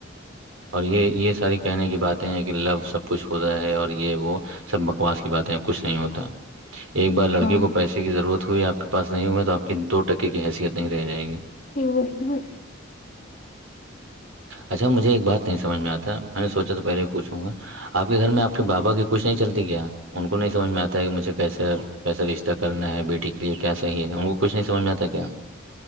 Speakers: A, on the right; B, on the left.
A: اور یہ یہ ساری کہنے کی باتیں ہیں کہ لو سب کچھ ہوتا ہے اور یہ وہ سب بکواس کی باتیں کچھ نہیں ہوتا ایک بار لڑکی
B: ہاں
A: کو پیسے کی ضرورت ہوئی آپ کے پاس نہیں ہوئےا تو آپ کی دو ٹکے کی حیثیت نہیں رہ جائے گی
B: ہ <unintelligible>
A: اچھا مجھے ایک بات نہیں سمجھ میں آتا میں نے سوچا تو پہلے ہی پوچھوں گا آپ کے گھر میں آپ کے بابا کی کچھ نہیں چلتی کیا ان کو نہیں سمجھ میں آتا ہے کہ مجھے کیسے کیسا رشتہ کرنا ہے بیٹی کے لیے کیا صحیح ہے ان کو کچھ نہیں سمجھ میں آتا ہے کیا